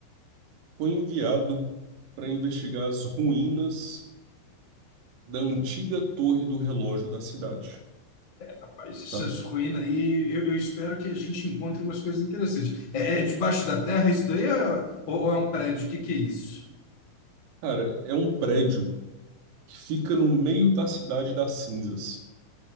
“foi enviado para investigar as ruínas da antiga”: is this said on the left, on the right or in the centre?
Right